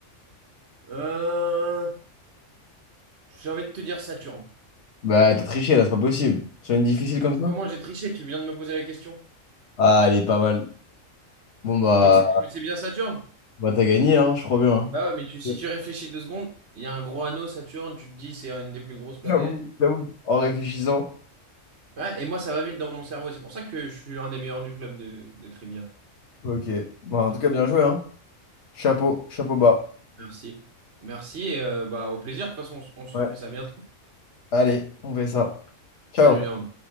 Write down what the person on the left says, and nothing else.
Bah, t'as triché, là, c'est pas possible. Sur une difficile comme ça?
Ah, elle est pas mal. Bon, bah,
bah t'as gagné, hein, je crois bien.
hein.
J'avoue, j'avoue. En réfléchissant.
Ok. Bah, en tout cas, bien joué, hein. Chapeau, chapeau bas.
Ouais.
Allez, on fait ça. Ciao.